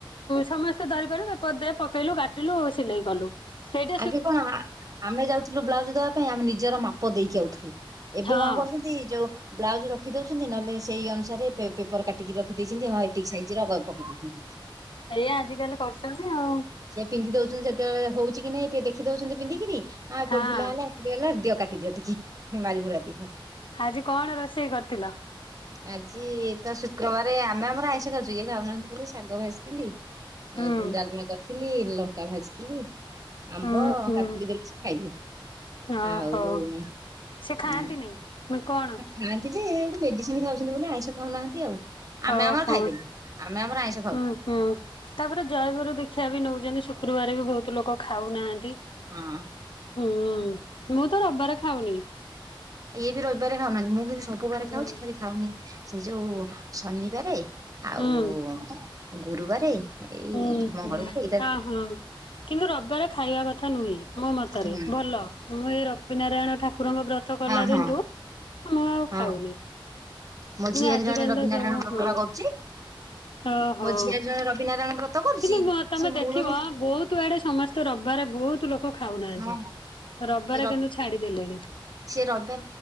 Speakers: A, on the left (about 70°); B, on the right (about 40°).
A: ସମସ୍ତେ ଧରିପାର ବପଦ ପକେଇଲୁ କାଟିଲୁ ସିଲେଇ କଲୁ। ସେଇଟ
B: ଆଗେ କଣ ଆମେ ଯାଉଥିଲୁ ବ୍ଲାଉଜ ଦବା ପାଇଁ ଆମେ ନିଜର ମାପ ଦେଇକି ଆଉଥିଲୁ। ଏବେ
A: ହଁ
B: କଣ କରୁଛନ୍ତି ଯୋଉ ବ୍ଲାଉଜ ରଖି ଦଉଛନ୍ତି ନହେଲେ ସେଇ ଅନୁସାରେ ପେ ପେ ଉପର କାଟିକି ରଖିଦେଇଛନ୍ତି ହଁ ଏତିକି ସାଇଜରେ ପକଉ ଦଉଛନ୍ତି।
A: ଏୟା ଆଜିକାଲି କରୁଛନ୍ତି ଆଉ।
B: ସେ ପିନ୍ଧି ଦଉଛନ୍ତି ଯେତେବେଳେ ହଉଛି କି ନାଇଁ ଟିକେ ଦେଖି ଦଉଛନ୍ତି ପିନ୍ଧିକିରି ଆଉ
A: ହଁ
B: ପ ଢିଲା ହେଲେ ହେଲା ଦିଅ କାଟିଦିଅ ଟିକେ। ମାରି ମୁରା ଦିଅ।
A: ଆଜି କଣ ରୋଷେଇ କରିଥିଲ?
B: ଆଜି ତ ଶୁକ୍ରବାରେ ଆମେ ଆମର ଆଇଁଷ ଖାଉଚୁ ଇଏ ଖାଉନାହାନ୍ତି ବୋଲି ଶାଗ ଭାଜିଥିଲି।
A: ହୁଁ
B: ଏଠୁ ଡାଲମା କରିଥିଲି, ଲଙ୍କା ଭାଜି ଥିଲି ଆମ୍ବ,
A: ହୁଁ ହୁଁ
B: କାକୁଡି ଧରି ସେ ଖାଇଲେଇ
A: ଓହୋ
B: ଆଉ
A: ସେ ଖାଆନ୍ତିନି
B: ହଁ
A: ନା କଣ?
B: ଖାଆନ୍ତି ଯେ ଏବେ ମେଡିସିନ ଖାଉଛନ୍ତି ବୋଲି ଆଇଁଷ ଖାଉନାହାନ୍ତି ଆଉ। ଆମେ
A: ଓହୋ
B: ଆମର ଖାଇଦେଲୁ ଆମେ ଆମର
A: ହୁଁ
B: ଆଇଁଷ ଖାଉଛୁ
A: ହୁଁ ତାପରେ ଜୟଗୁର ଦିଖ ଦୀକ୍ଷା ବି ନେଉଛନ୍ତି ଶୁକ୍ରବାରେ ବି ବହୁତ ଲୋକ ଖାଉନାହାନ୍ତି।
B: ହଁ।
A: ହୁଁ ମୁଁ ତ ରବିବାର ଖାଉନି।
B: ଇଏ ବି ରହିବାରେ ଖାଉନାହାନ୍ତି, ମୁଁ କିନ୍ତୁ ସବୁବାରେ
A: ହୁଁ
B: ଖାଉଛି ଖାଲି ଖାଉନି ସେଇ ଯୋଉ ଶନିବାରେ ଆଉ
A: ହୁଁ।
B: ଗୁରୁବାରେ। ଏଇ
A: ହୁଁ
B: ମଙ୍ଗଳବାର
A: ହୁଁ
B: ଏଇଟା
A: ହଁ ହଁ। କିନ୍ତୁ ରବବାରେ ଖାଇବା କଥା ନୁହେଁ ମୋ ମତରେ
B: ହୁଁ
A: ଭଲ। ମୁଁ ଏଇ ରବିନାରାୟଣ ଠାକୁରଙ୍କ ବ୍ରତ କଲା
B: ହଁ
A: ଦିନଠୁ
B: ହଁ
A: ମୁଁ ଆଉ
B: ହଁ
A: ଖାଉନି।
B: ମୋ
A: କିନ୍ତୁ
B: ଝିଆରୀ
A: ଆଜିକାଲି
B: ଜଣେ ରବିନାରାୟଣ
A: ତ ସବୁ
B: ବ୍ରତ
A: ହଁ
B: ବା କରୁଛି।
A: ଓହୋ।
B: ମୋ ଝିଆରୀ ଜଣେ ରବିନାରାୟଣ ବ୍ରତ କରୁଛି
A: କିନ୍ତୁ ତମେ
B: ସେ
A: ଦେଖିବ
B: ମୂଳରୁ
A: ବହୁତ ଆଡେ ସମସ୍ତ ତ ରବିବାରେ ବହୁତ ଲୋକ ଖାଉନାହାନ୍ତି
B: ହଁ
A: ରବିବାରେ
B: ସେ
A: କିନ୍ତୁ ଛାଡିଦେଲେଣି।
B: ସେ ରବ